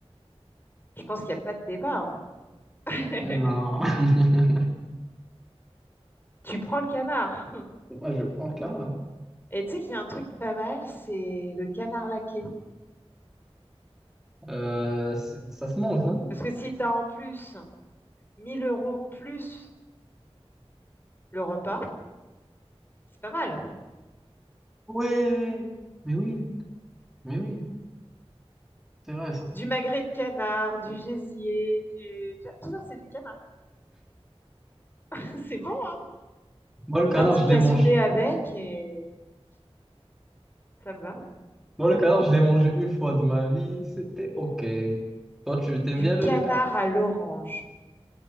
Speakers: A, on the left; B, in the centre.
A: je pense qu'il n'y a pas de débat. hein. <laughs>
B: Non, non. <laughs>
A: Tu prends le canard.
B: Moi, je prends le canard.
A: Et tu sais qu'il y a un truc pas mal, c'est le canard laqué.
B: Euh, c'est- ça se mange, non?
A: Parce que si tu as en plus 1000 euros plus le repas, c'est pas mal.
B: Ouais. Mais oui, mais oui, c'est vrai. ça.
A: Du magret de canard, du gésier, du... tout ça, c'est du canard. <laughs> C'est bon, hein?
B: Moi, le canard,
A: Un petit
B: je
A: cassoulet
B: les mange.
A: avec et ça me va.
B: Moi, le canard, je l'ai mangé une fois de ma vie, c'était OK. Toi, tu t'aimes
A: Du
B: bien le,
A: canard
B: le canard?
A: à l'orange.